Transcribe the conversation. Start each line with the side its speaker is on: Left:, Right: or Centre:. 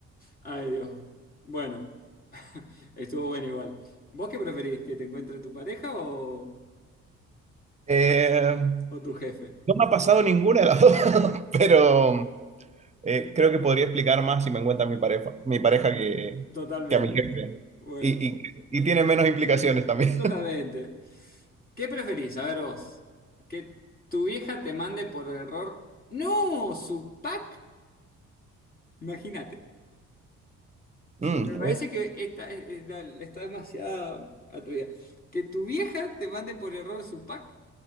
Left: Ay, Dios. Bueno, <laughs> estuvo bueno igual. ¿Vos qué preferís? ¿Que te encuentre tu pareja o,
Right: Eh,
Left: o tu jefe?
Right: no me ha pasado ninguna de las dos, <laughs> pero eh, creo que podría explicar más si me encuentra mi pareja, mi pareja que,
Left: Totalmente.
Right: que a mi jefe.
Left: Bueno,
Right: Y, y- y tiene menos implicaciones también.
Left: totalmente.
Right: <laughs>
Left: ¿Qué preferís? A ver vos. ¿Que tu vieja te mande por error? ¡No! ¿Su pack? Imagínate.
Right: Mm,
Left: Me parece que está, eh, eh, la- está demasiado atrevida. Que tu vieja te mande por error su pack